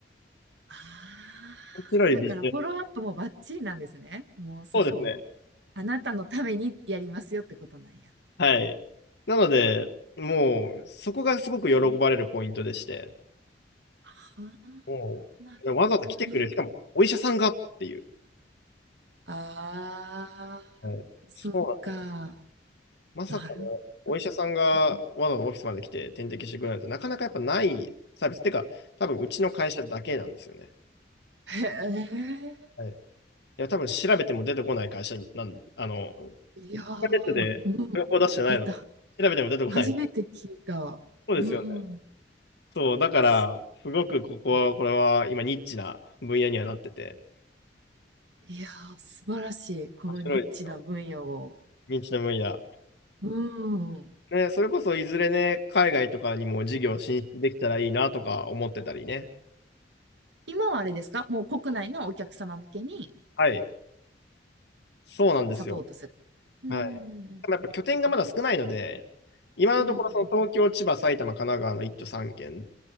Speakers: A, on the right; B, on the left.
A: ああ
B: 面白いビジネス。
A: あだからフォローアップもバッチリなんですね。もうその、
B: そうですね。
A: あなたのためにやりますよってことなんや。
B: はい。なので、もう、そこがすごく喜ばれるポイントでして、
A: あ、は
B: もう、
A: あ、なるほどね。
B: わざわざ来てくれる、しかも、お医者さんがっていう。
A: ああ、
B: はい。
A: そっか。
B: そうなんですよ。まさかね、
A: なる
B: お医者さんがわざわざオフィスまで来て点滴してくれるなんて、
A: ほど。
B: なかなかやっぱないサービス。てか、多分うちの会社だけなんですよね。
A: へえ。
B: はい。いや、多分調べても出てこない会社なん、あの、
A: いやー、
B: インターネットで情報出してないので、
A: うん。だっては、
B: 調べても出てこない。
A: 初めて聞いた。
B: そうですよね。
A: うん。
B: そう、だから、
A: す
B: すごくここは、これは今ニッチな分野にはなってて、
A: いやー、素晴らしい。このニッチな分野を。
B: 面白いですよ。ニッチな分野。
A: うん。
B: ね、それこそいずれね、海外とかにも事業進出できたらいいなとか思ってたりね。
A: 今はあれですかもう国内のお客様向けに
B: はい。そうなんですよ。
A: サポートする。うんうん
B: はい。でもやっぱ拠点がまだ少ないので、今のところその東京、
A: うんうんうんうん
B: 千葉、埼玉、神奈川の1都3県、